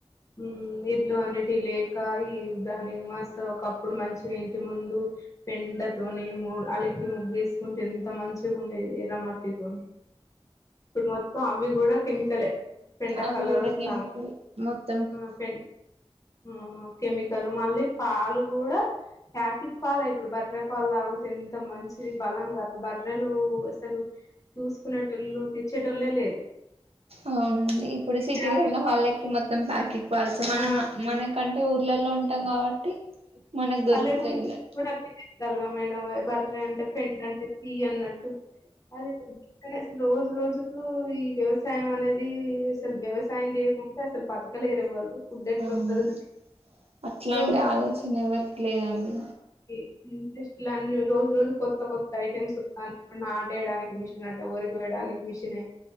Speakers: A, on the left; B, on the right.
A: ఉమ్ ఎడ్లు అనేటివి లేక ఈ దాని మస్తు ఒకప్పుడు మంచిగా ఇంటి ముందు పెండతోని అలకి ముగ్గుగేసుకుంటే ఎంత మంచిగా ఉండేది ఎర్రమట్టితోని. ఇప్పుడు మొత్తం అవి కూడా కెమికలే పెండ
B: అవి
A: కలర్
B: కూడా
A: వస్తాంది
B: కెమికల్ ఏ మెత్
A: ఆ పెన్ ఆ కెమికల్ మళ్ళా పాలు కూడా ప్యాకెట్ పాలే ఇప్పుడు బర్రె పాలతగు ఎంత మంచిది బలం కదా బర్రలు అసలు చూసుకునేటోళ్ళు తెచ్చేటోళ్లే లేరు.
B: అవునండి ఇప్పుడు సిటిలో
A: ప్యాకెట్
B: ఉన్న వాళ్ళకి
A: పాలు
B: మొత్తం త్తం ప్యాకెట్ పాల్సు మనం
A: ఆ
B: మనకంటే ఊర్లలో ఉంటాం కాబట్టి మనకు
A: పల్లెటూర్లో
B: దొరుకుతాయిలే
A: కూడా అట్లే స్తాలుగా మేడం బర్ర అంటే పెండ అంటే చి అన్నట్టు అదే అసలు రోజు రోజుకు ఈ వ్యవసాయం అనేది అసలు వ్యవసాయం చేయకుంటే అసలు బతకలేరు ఎవ్వరు ఫుడ్ ఎట్లా
B: అవునండి
A: వత్తది
B: అట్లాంటి
A: రోజు రోజు
B: ఆలోచన ఎవరికి లేదండి.
A: ఈ టెస్టులన్నీ రోజు రోజు కొత్త కొత్త ఐటెమ్స్ వత్తాన్నాయి నాటేయడానికి మిషినే అట, వరి కోయడానికి మిషనే